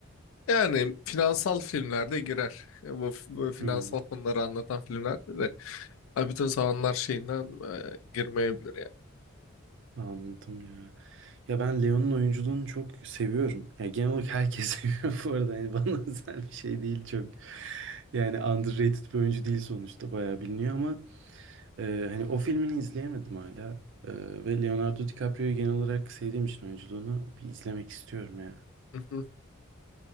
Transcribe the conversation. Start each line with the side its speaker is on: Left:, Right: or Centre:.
Left: yani finansal filmlerde girer. E, bu, bu finansal
Right: Hmm,
Left: konuları anlatan filmlerde de ha, bütün zamanlar şeyinden e, girmeyebilir yani.
Right: anladım ya. Ya ben Leon'un oyunculuğunu çok seviyorum. Ya genel olarak herkes <laughs> seviyor bu arada. Yani bana <laughs> özel bir şey değil çok. Yani underrated bir oyuncu değil sonuçta. Bayağı biliniyor ama e, hani o filmini izleyemedim hala. E, ve Leonardo DiCaprio'yu genel olarak sevdiğim için oyunculuğunu bir izlemek istiyorum ya.
Left: Hı hı.